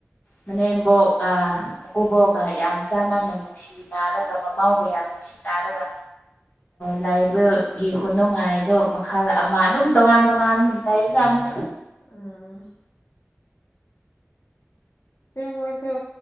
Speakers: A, on the left; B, on the left.
A: ꯃꯅꯦꯝꯕꯣꯛꯀ ꯃꯀꯨꯕꯣꯛꯒ ꯌꯥꯝ ꯆꯥꯟꯅꯅ ꯅꯨꯡꯁꯤꯃꯤꯟꯅꯔꯒ ꯃꯥꯃꯧꯒ ꯌꯥꯝꯅ ꯅꯨꯡꯁꯤꯅꯔꯒ ꯂꯩꯕꯒꯤ ꯈꯨꯅꯨꯡꯉꯥꯏꯗꯣ ꯃꯈꯜ ꯑꯃ ꯑꯗꯨꯝ ꯇꯣꯉꯥꯟ ꯇꯣꯉꯥꯟ ꯂꯩꯕ ꯖꯥꯠꯅꯤꯗ
B: ꯑꯝ ꯁꯦ ꯃꯣꯏꯁꯨ